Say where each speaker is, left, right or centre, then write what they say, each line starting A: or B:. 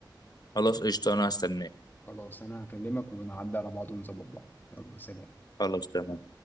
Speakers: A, on the left; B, on the left.
A: خلاص قشطه انا هستناك
B: خلاص انا هكلمك ونعدي على بعض ونظبط بعض يلا سلام
A: خلاص تمام